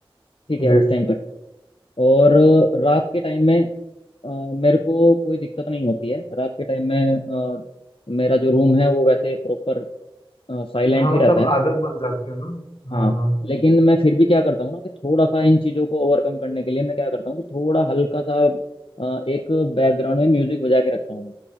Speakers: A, on the left; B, on the left.
A: ठीक है
B: जी
A: उस टाइम पर और रात के टाइम में अ, मेरे को कोई दिक्कत नहीं होती है रात के टाइम में अ, मेरा जो रूम है वो वैसे प्रॉपर साइलेंट
B: हाँ
A: ही
B: मतलब
A: रहता है
B: आदत बन जाती है ना हाँ
A: हाँ
B: हाँ
A: लेकिन मैं फिर भी क्या करता हूँ ना कि थोड़ा सा इन चीज़ों को ओवरकम करने के लिए मैं क्या करता हूँ कि थोड़ा हल्का सा अ, एक बैकग्राउंड में म्यूजिक बजा के रखता हूँ मैं